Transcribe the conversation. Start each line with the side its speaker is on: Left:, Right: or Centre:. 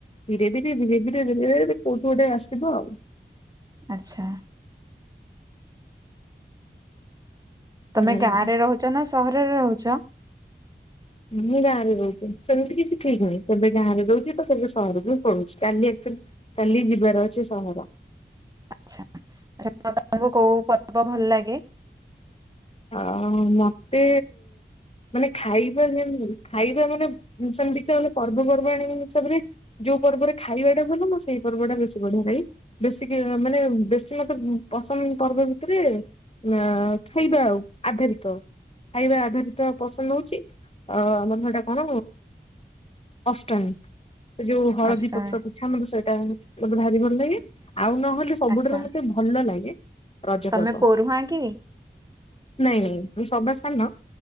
Left: ଧୀରେ-ଧୀରେ-ଧୀରେ-ଧୀରେ-ଧୀରେ-ଧୀରେ କୋଉଠୁ ଗୋଟେ ଆସିବ ଆଉ।
Right: ଆଚ୍ଛା।
Left: ହୁଁ
Right: ତମେ ଗାଁ ରେ ରହୁଛ ନା ସହରରେ ରହୁଛ?
Left: ମୁଁ ଗାଁରେ ରହୁଛି ସେମିତି କିଛି ଠିକ୍ ନାହିଁ କେବେ ଗାଁରେ ରହୁଛି ତ କେବେ ସହରକୁ ପଳୋଉଛି କାଲି କାଲି ଯିବାର ଅଛି ସହର।
Right: ଆଛା ତମକୁ କୋଉ ପର୍ବ ଭଲ ଲାଗେ?
Left: ଆ ହୋ ମତେ ମାନେ ଖାଇବା ଯେ ଖାଇବା ମାନେ ସେମିତି ତ ପର୍ବପର୍ବାଣି ହିସାବରେ ଯୋଉ ପର୍ବ ରେ ଖାଇବା ଟା ଭଲ ମୋ ସେଇ ପର୍ବ ଟା ବେଶୀ ବଢିଆ ଲାଗେ ବେଶି କି ମାନେ ବେଶି ମତେ ପସ ଉଁ ପର୍ବ ଭିତରେ ଆ ଖାଇବା ଆଉ ଆଧାରିତ। ଖାଇବା ଆଧାରିତ ପସନ୍ଦ ହଉଛି ଆ ମୋର ସେଟା କଣ? ଅଷ୍ଟମୀ ସେ ଯୋଉ ହଳଦୀ
Right: ଆଛା
Left: ପତ୍ର ପିଠା ମତେ ସେଟା ଭାରି ଭଲ୍ ଲାଗେ। ଆଉ ନହେଲେ ସବୁଠାରୁ
Right: ଆଛା
Left: ମତେ ଭଲ ଲାଗେ ରଜ
Right: ତମେ
Left: ପର୍ବ।
Right: ପୋରୁହାଁ କି?
Left: ନାଇଁ-ନାଇଁ ମୁଁ ସଭା ସାନ।